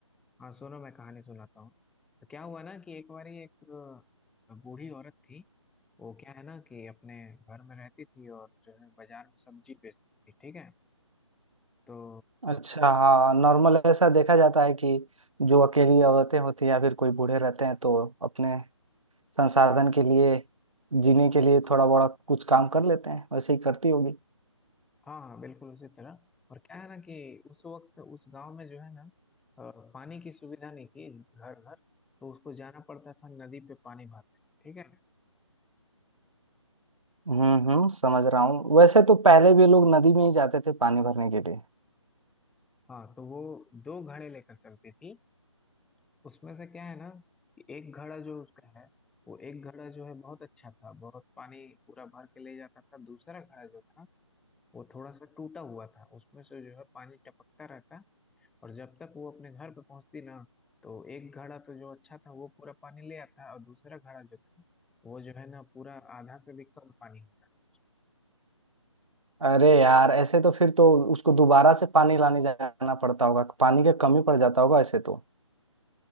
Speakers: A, in the centre; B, on the right.
A: हाँ सुनो मैं कहानी सुनाता हूँ तो क्या हुआ ना कि एक बारी एक अ, बूढ़ी औरत थी वो क्या है ना कि अपने घर में रहती थी और जो है बाजार में सब्जी बेचती थी ठीक है तो
B: अच्छा हाँ नॉर्मल ऐसा देखा जाता है कि जो अकेली औरतें होती हैं या फिर कोई बूढ़े रहते हैं तो अपने संसाधन के लिए जीने के लिए थोड़ा बड़ा कुछ काम कर लेते हैं वैसे ही करती होगी
A: हाँ हाँ बिल्कुल उसी तरह और क्या है ना कि उस वक्त उस गांव में जो है ना अ, पानी की सुविधा नहीं थी घर घर तो उसको जाना पड़ता था नदी पे पानी भरने ठीक है
B: हम्म हम्म समझ रहा हूँ वैसे तो पहले भी लोग नदी में ही जाते थे पानी भरने के लिए
A: हाँ तो वो दो घड़े लेकर चलती थी उसमें से क्या है ना कि एक घड़ा जो उसका है वो एक घड़ा जो है बहुत अच्छा था बहुत पानी पूरा भर के ले जाता था दूसरा घड़ा जो था वो थोड़ा सा टूटा हुआ था उसमें से जो है पानी टपकता रहता और जब तक वो अपने घर पे पहुंचती ना तो एक घड़ा तो जो अच्छा था वो पूरा पानी ले आता और दूसरा घड़ा जो था वो जो है ना पूरा आधा से भी कम पानी हो जाता
B: अरे यार ऐसे तो फिर तो उसको दोबारा से पानी लाने जाना पड़ता होगा पानी का कमी पड़ जाता होगा ऐसे तो